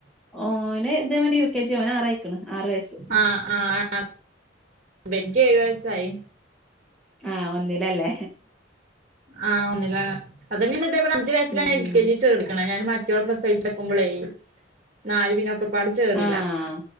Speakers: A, in the centre; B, on the right.
A: ഓ ന് ഇതേമാരി യു കെ ജി യാ ഓന് ആറയ്ക്കണ് ആറ് വയസ്സ്.
B: ആഹ് ആഹ് ഇബൻക്ക് ഏഴ് വയസ്സായി.
A: ആഹ് ഒന്നിലല്ലേ
B: ആഹ് ഒന്നിലാണ് അതെന്നെ ഇന്ന് ഇതെ പോലെ അഞ്ച് വയസ്സിലാ
A: ഉം
B: ഞാൻ എൽ കെ ജി ചേർക്കണെ ഞാന് മ <unintelligible> പ്രസവിച്ച് കെടക്കുമ്പളേ നാല് പിന്നൊക്ക പാടെ ചേർന്നീല്ലാ
A: ആഹ്